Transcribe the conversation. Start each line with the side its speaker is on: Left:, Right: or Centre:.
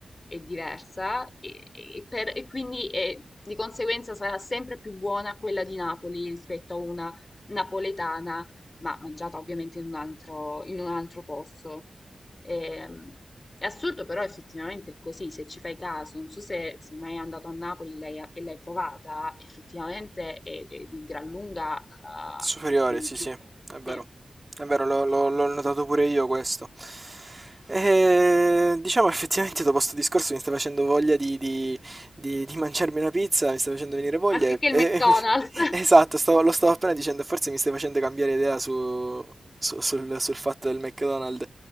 Left: è diversa e, e per- e quindi è- di conseguenza sarà sempre più buona quella di Napoli rispetto a una napoletana, ma mangiata ovviamente in un altro, in un altro posto. Ehm, è assurdo, però effettivamente è così, se ci fai caso, non so se sei mai andato a Napoli l'hai- e l'hai provata, effettivamente è, è di gran lunga eh,
Right: Superiore,
Left: più,
Right: sì,
Left: più
Right: sì,
Left: buona,
Right: è vero.
Left: sì.
Right: È vero, l'ho l'ho- l'ho notato pure io questo. E, diciamo effettivamente dopo sto discorso mi sta facendo voglia di, di- di, di mangiarmi una pizza, mi sta facendo venire voglia
Left: Anziché
Right: e, e-
Left: il McDonald's.
Right: e mi Esatto, stavo- lo stavo appena dicendo, e forse mi stai facendo cambiare idea su- su- sul, sul fatto del McDonald's.